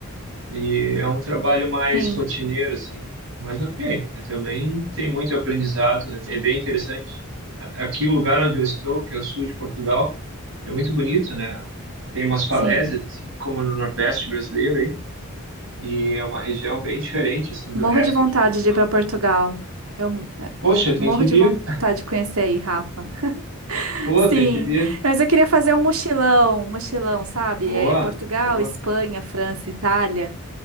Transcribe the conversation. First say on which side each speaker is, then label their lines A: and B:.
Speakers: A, on the right; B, on the right.
A: E é um trabalho mais
B: Sim,
A: rotineiro, assim. Mas ok, eu também tem muito aprendizado, é bem interessante. A- Aqui, o lugar onde eu estou, que é o sul de Portugal, é muito bonito, né? Tem umas falésias,
B: sim.
A: assim, como no Nordeste brasileiro, aí. E é uma região bem diferente, assim, do
B: Morro
A: resto
B: de vontade
A: de Portugal.
B: de ir para Portugal. Eu é,
A: Poxa, tem
B: morro
A: que vir.
B: de vontade de conhecer aí, Rafa. <laughs>
A: Pô,
B: Sim,
A: tem que vir.
B: mas eu queria fazer um mochilão, um mochilão, sabe?
A: Boa,
B: É Portugal,
A: boa.
B: Espanha, França, Itália.